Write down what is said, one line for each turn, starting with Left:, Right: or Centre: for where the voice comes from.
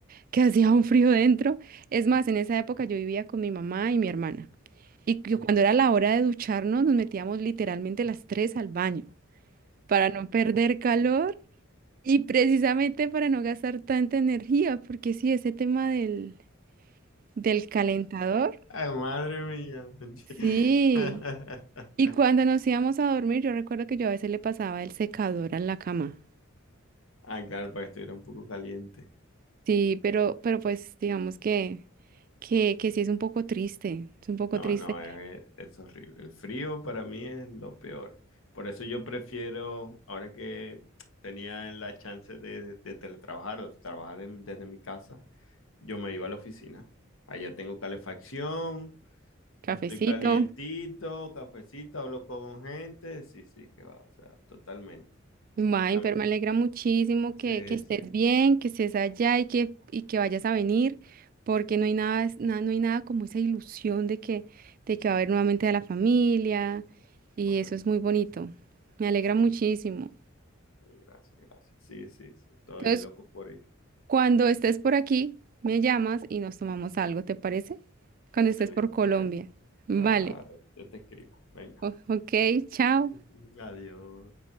Right: que hacía un frío dentro. Es más, en esa época yo vivía con mi mamá y mi hermana. Y que
Left: <laughs>
Right: cuando era la hora de ducharnos, nos metíamos literalmente las tres al baño para no perder calor y precisamente para no gastar tanta energía, porque sí, ese tema del, del calentador,
Left: Madre mía.
Right: sí.
Left: <laughs>
Right: Y cuando nos íbamos a dormir, yo recuerdo que yo a veces le pasaba el secador a la cama.
Left: Ah, claro, para que estuviera un poco caliente.
Right: Sí, pero, pero pues digamos que, que, que sí es un poco triste, es un poco
Left: No,
Right: triste.
Left: no, es, es horrible. El frío para mí es lo peor. Por eso yo prefiero, ahora que tenía la chance de, de teletrabajar o trabajar en- desde mi casa, yo me iba a la oficina. Allá tengo calefacción,
Right: Cafecito.
Left: estoy calientito, cafecito, hablo con gente. Sí, sí, que va, o sea, totalmente.
Right: May,
Left: En cambio-
Right: pero me alegra muchísimo
Left: sí,
Right: que, que estés
Left: sí,
Right: bien, que estés allá y que, y que vayas a venir, porque no hay nada, na- no hay nada como esa ilusión de que, de que va a haber nuevamente a la familia, y
Left: correcto.
Right: eso es muy bonito. Me alegra
Left: Sí,
Right: muchísimo.
Left: sí, gracias, gracias. Sí, sí, sí, estoy
Right: Entonces,
Left: loco por ir.
Right: cuando estés por aquí, me llamas y nos tomamos algo, ¿te parece? Cuando
Left: Excelente
Right: estés por Colombia.
Left: año.
Right: Vale.
Left: Claro, yo te escribo. Venga.
Right: O- ok, chao.
Left: <laughs> Adiós.